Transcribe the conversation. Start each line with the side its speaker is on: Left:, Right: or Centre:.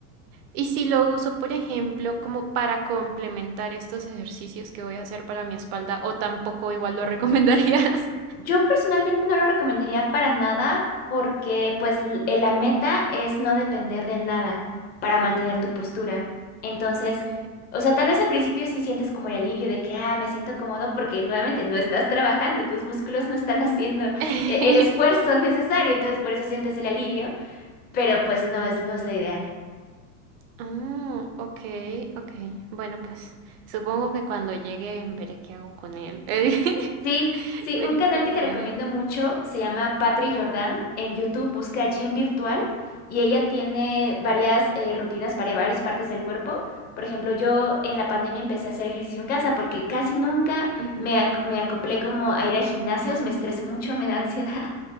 Right: Y si lo uso, por ejemplo, como para complementar estos ejercicios que voy a hacer para mi espalda, o tampoco igual lo recomendarías.
Left: Yo personalmente no lo recomendaría para nada porque pues l- eh, la meta es no depender de nada para mantener tu postura. Entonces,
Right: <laughs> Ok.
Left: o sea, tal vez al principio sí sientes como el alivio de que, ah, me siento cómodo porque nuevamente no estás trabajando, tus músculos no están haciendo
Right: <laughs>
Left: eh, el esfuerzo <laughs> necesario, entonces por eso sientes el alivio, pero pues no es, no es lo ideal.
Right: Ah, ok, ok. Bueno, pues supongo que cuando llegue veré qué hago con él. <laughs>
Left: Sí, sí,
Right: Veré
Left: un canal
Right: qué hago
Left: que te
Right: con
Left: recomiendo
Right: él.
Left: mucho se llama Patri Jordan. En YouTube busca Gym Virtual y ella tiene varias eh, rutinas para varias partes del cuerpo. Por ejemplo, yo en la pandemia empecé a hacer ejercicio en casa porque casi nunca
Right: Ujú.
Left: me, ac- me acoplé como a ir a gimnasios, me estreso mucho, me da <laughs> ansiedad.